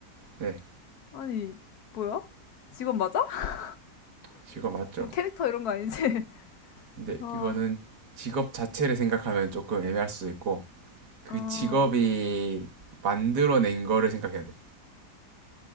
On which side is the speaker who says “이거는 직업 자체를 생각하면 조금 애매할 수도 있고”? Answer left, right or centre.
Right